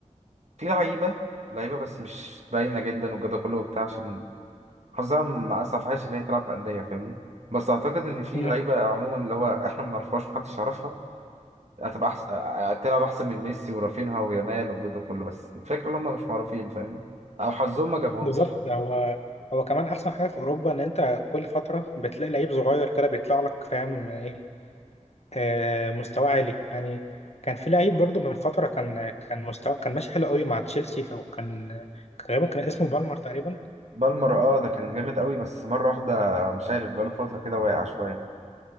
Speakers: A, on the right (about 60°); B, on the left (about 55°).
A: في لعيبة لعيبة بس مش باينة جدا والجو ده كله وبتاع عشان حظها ما أسعفهاش اللي هي تلعب في أندية فاهمني بس أعتقد إن في
B: مم.
A: لعيبة عموما اللي هو إحنا ما نعرفهاش محدش يعرفها هتبقى احسن تلعب احسن من ميسي ورافينها ويامال والجو ده كله بس الفكره ان هم مش معروفين فاهمني او حظهم ما جابهمش
B: بالظبط هو هو كمان احسن حاجه في اوروبا ان انت كل فتره بتلاقي لعيب صغير كده بيطلع لك فاهم ايه آه، مستوى عالي يعني كان في لعيب برضو من فتره كان كان مستوى كان ماشي حلو قوي مع تشيلسي او كان كان غالبا كان اسمه بالمر تقريبا
A: بالمر اه ده كان جامد قوي بس مره واحده مش عارف بقاله فتره كده واقع شويه